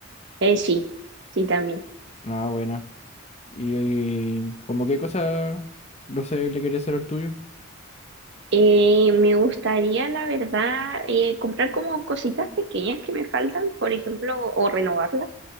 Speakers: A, on the right; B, on the left.
A: Eh, sí, sí, también.
B: Ah, buena. ¿Y, y como qué cosa, no sé, le quería hacer al tuyo?
A: Eh, me gustaría, la verdad, eh, comprar como cositas pequeñas que me faltan, por ejemplo, o renovarlas.